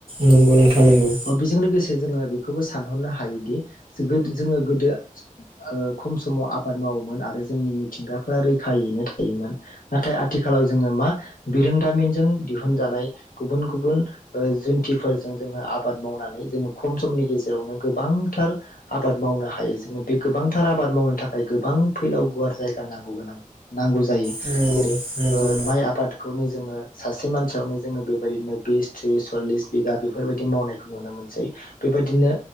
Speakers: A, on the right (about 40°); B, on the left (about 80°).
A: नंगौ नोंथां नंगौ
B: अ बेजों लोगोसे जोङो बि बेखौबो सानहरनो हायोदि जोबो <unintelligible> जोङो गोदो ओ खम समाव आबाद मावोमोन आरो जोंनि मिथिंगाफोरा रैखायैनो थायोमोन नाथाय आथिखालाव जोङो मा बिरोंदामिनजों दिहुनजानाय गुबुन गुबुन ओ जुन्थिफोरजों जोङो आबाद मावनानै जोङो खम समनि गेजेरावनो गोबांथार आबाद मावनो हायो जोङो बे गोबांथार आबाद मावनो थाखाय गोबां फैलाव गुवार जायगा नांगौ गोनां नांगौ जायो
A: नंगौ
B: जेरै
A: नंगौ नोंथां
B: ओ माइ आबादखौनो जोङो सासे मानसियावनो जोङो बे <unintelligible> दिनो बिस थ्रिस सलिस बिगा बेफोरबायदि मावनायखौ नुनो मोनसै बेबायदिनो